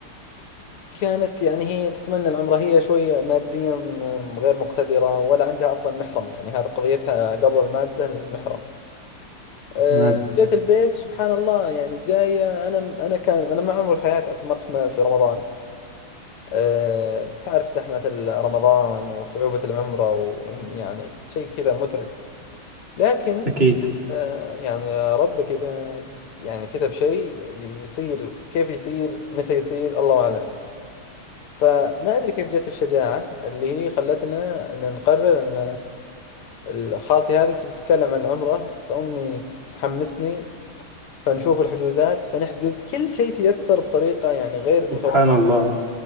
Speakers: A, on the left; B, on the right.
A: كانت يعني هي تتمنى العمرة هي شوية ماديا أم، غير مقتدرة ولا عندها أصلا محرم يعني هذا قضيتها قبل المادة المحرم أه،
B: تمام
A: جت البيت سبحان الله يعني جاية أنا أنا كان أنا ما عمري في حياتي اعتمرت في في رمضان آه، تعرف زحمة ال- رمضان وصعوبة العمرة ويعني شيء كذا متعب لكن
B: أكيد
A: آه، يعني ربك إذا يعني كتب شيء ي- يصير كيف يصير متى يصير الله أعلم فما أدري كيف جت الشجاعة اللي هي خلتنا أن نقرر أن ال- خالتي هذه تبي تتكلم عن العمرة فأمي تحمسني فنشوف الحجوزات فنحجز كل شيء تيسر بطريقة يعني غير متوقعة
B: سبحان الله